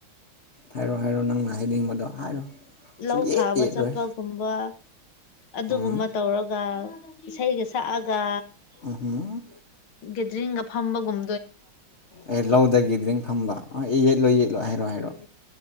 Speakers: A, on the left; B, on the left.
A: ꯍꯥꯏꯔꯣ ꯍꯥꯏꯔꯣ ꯅꯪꯅ ꯍꯥꯏꯅꯤꯡꯕꯗꯣ ꯍꯥꯏꯔꯣ ꯁꯨꯛꯌꯦꯠ
B: ꯂꯧ ꯊꯥꯕ
A: ꯌꯦꯠꯂꯣꯏ
B: ꯆꯠꯄꯒꯨꯝꯕ ꯑꯗꯨꯒꯨꯝꯕ
A: ꯎꯝ
B: ꯇꯧꯔꯒ ꯏꯁꯩꯒ ꯁꯛꯑꯒ
A: ꯎꯍꯨꯝ
B: ꯒꯦꯗꯔꯤꯡꯒ ꯐꯝꯕꯒꯨꯝ
A: ꯑꯦ ꯂꯧꯗ ꯗ꯭ꯔꯤꯡ ꯐꯝꯕ ꯑꯦ ꯌꯦꯠꯂꯣ ꯌꯦꯠꯂꯣ ꯍꯥꯏꯔꯣꯑꯣ ꯍꯥꯏꯔꯣꯑꯣ